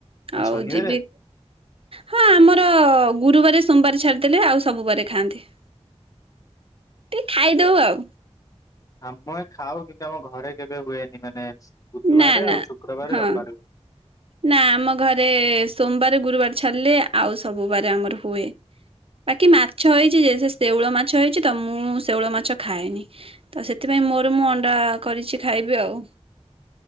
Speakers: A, on the left; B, on the right.
A: କଣ
B: ଆଉ
A: ଶନିବାରେ
B: ଯିବି।
A: ଆଜି
B: ହଁ ଆମର ଗୁରୁବାର ସୋମବାର ଛାଡିଦେଲେ ଆଉ ସବୁ ବାରେ ଖାଆନ୍ତି। ଟି ଖାଇଦୋଉ ଆଉ।
A: ଆମ ଖାଉ କିନ୍ତୁ ଆମ ଘରେ କେବେ ହୁଏନି ମାନେ ବୁଧବାର
B: ନା ନା
A: ଆଉ ଶୁକ୍ରବାର
B: ହଁ
A: ରବିବାର ହୁଏ।
B: ନା ଆମ ଘରେ ସୋମବାର ଗୁରୁବାର ଛାଡିଲେ ଆଉ ସବୁବାରେ ଆମର ହୁଏ। ବାକି ମାଛ ହେଇଛି ଯେ ଶେଉଳ ମାଛ ହେଇଛି ତ ମୁଁ ଶେଉଳ ମାଛ ଖାଏନି। ତ ସେଥିପାଇଁ ମୋର ମୁଁ ଅଣ୍ଡା କରିଛି ଖାଇବି ଆଉ।